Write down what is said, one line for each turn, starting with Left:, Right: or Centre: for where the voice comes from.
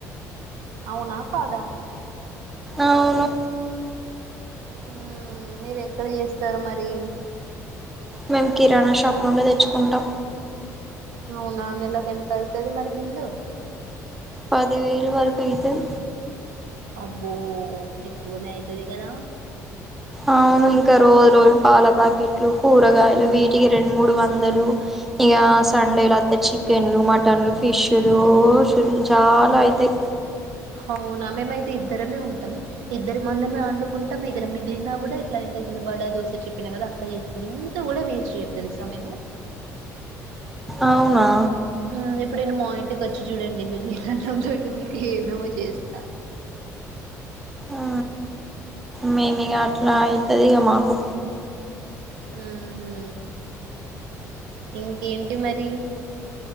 Right: అవునా కాదా
Centre: అవును
Right: ఉమ్మ్ మీరు ఎక్కడ చేస్తారు మరి
Centre: మేము కిరాణా షాప్ లోనే తెచ్చుకుంటాం
Right: అవునా నెలకి ఎంత అవుతుది మరి బిల్లు
Centre: పదివేలు వరకు అతయితయ్
Right: అబ్బో ఎక్కువనే అయితది కదా
Centre: అవును ఇంకా రోజు రోజు పాల ప్యాకెట్లు కూరగాయలు వీటికి రెండు మూడు వందలు ఇక సండేలు అస్తే చికెన్లు మటన్లు ఫిష్లు చాలా అయితయి
Right: అవునా మేమయితే ఇద్దరమే ఉంటాం ఇద్దరు మందమే అండుకుంటా మిగిలి మిగిలిన కూడా ఇట్లా ఇంతకుందు వడ దోశ చెప్పినా కదా అట్లా ఇంత కూడా వేస్ట్ చేయమ్ తెలుస మేము
Centre: అవునా
Right: ఊ ఎప్పుడన్నా మా ఇంటికి వచ్చి చూడండి మీ దన తో మీకు ఏమేమో చేస్తా
Centre: ఆ మేము ఇగ అట్లా అయితది ఇక మాకు
Right: ఊహు ఇంకేంటి మరి